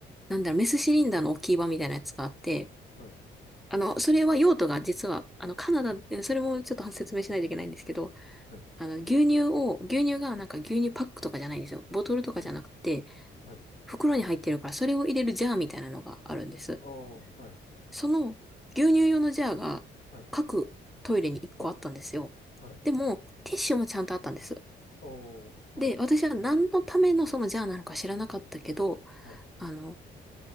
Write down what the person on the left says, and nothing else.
はい。
はい。はい。
はい。はい。
ああ、はい。
はい。はい。
おー、はい、
はい、